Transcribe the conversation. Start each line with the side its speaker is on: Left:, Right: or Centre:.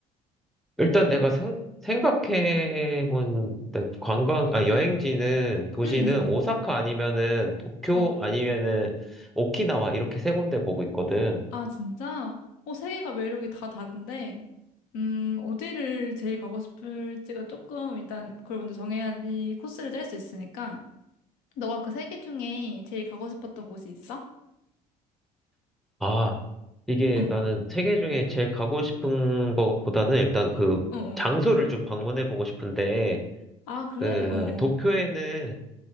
Centre: 일단 내가 생, 생각해본 일단 관광, 아, 여행지는, 도시는
Left: 응,
Centre: 오사카 아니면은 도쿄
Left: 응. 어,
Centre: 아니면은 오키나와 이렇게 세 군데 보고 있거든.
Left: 아, 진짜? 어, 세 개가 매력이 다 다른데, 음, 어디를 제일 가고 싶을지가 조금, 일단 그걸 먼저 정해야지 코스를 짤 수 있으니까. 너가 그 세 개 중에 제일 가고 싶었던 곳이 있어?
Centre: 아, 이게
Left: 응,
Centre: 나는 세계 중에 제일 가고 싶은 것보다는 일단 그
Left: 어, 어.
Centre: 장소를 좀 방문해 보고 싶은데
Left: 아, 그래?
Centre: 그
Left: 어,
Centre: 도쿄에는